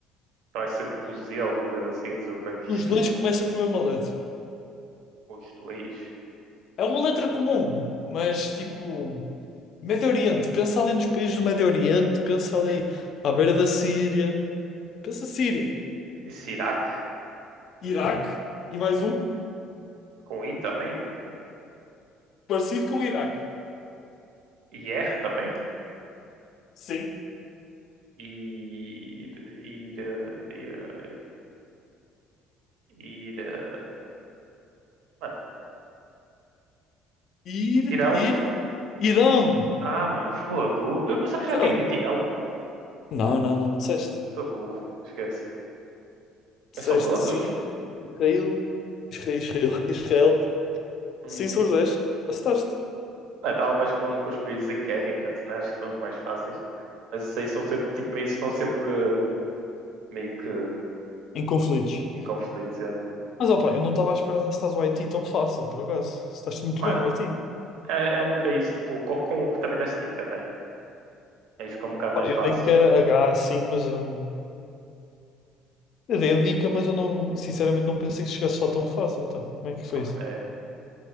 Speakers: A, on the right; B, on the left.
A: Então Vai ser tipo Z ou uma coisa assim, Uzbequistão.
B: Os dois começam com a mesma letra.
A: <laughs> Os dois.
B: É uma letra comum, mas tipo, Médio Oriente, pensa ali nos países do Médio Oriente, pensa ali à beira da Síria, pensa Síria,
A: Disse Iraque.
B: Iraque e mais um
A: Com I também.
B: parecido com o Iraque.
A: I R também.
B: Sim.
A: Ir. Ir. Ir. Ir. ir mano.
B: Ir,
A: Irão.
B: ir, Irão.
A: Ah, mano, fogo. Eu pensava
B: Então,
A: que já tinha dito Irão.
B: não, não, não disseste.
A: Sou burro. Esquece. Mas
B: Disseste
A: são todos?
B: Síria, Israel, Israel, Israel. Israel.
A: Uhum.
B: Sim, são os 10. Acertaste.
A: Ah, eu tava mais com, com os países em guerra em mente, né? Acho que são os mais fáceis. Mas esses aí são sempre tipo, países que estão sempre eh, meio que
B: Em conflitos.
A: em conflito, já.
B: Mas opa, eu não estava à espera de estás o Haiti tão fácil, por acaso. Estás muito
A: Mano,
B: bem, o Haiti.
A: é, é um país tipo, com, com também desta dica, né? Aí fica um bocado
B: Pá,
A: mais
B: eu
A: fácil.
B: sei que era H sim, mas hum, eu dei a dica, mas eu não, sinceramente não pensei que chegasse lá tão fácil. Então, como é que foi
A: Ah, mano,
B: isso?
A: é,